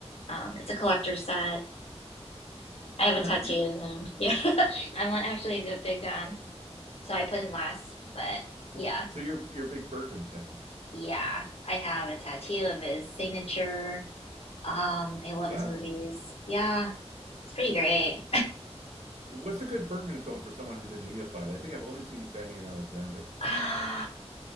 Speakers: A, on the left; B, on the right.
A: Um, it's a collector's set I have a
B: all
A: tattoo
B: right you
A: of him. <laughs> Yeah. I'm not actually a good big fan. So I put him last. But yeah.
B: so you're you're a big bergman fan
A: Yeah. I have a tattoo of his signature. Um, I love
B: wow
A: his movies. Yeah. It's pretty great.
B: what's a good bergman film for someone who's a neophyte i think i've only seen fanny and alexander
A: <sighs>